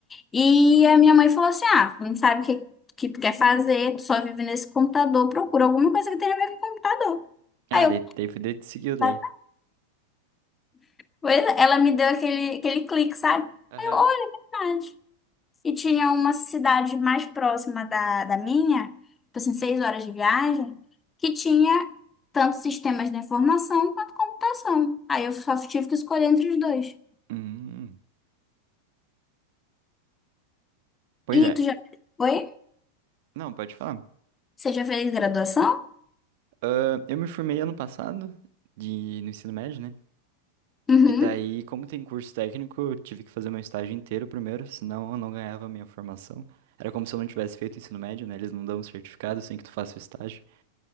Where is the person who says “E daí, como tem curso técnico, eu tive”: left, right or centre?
Right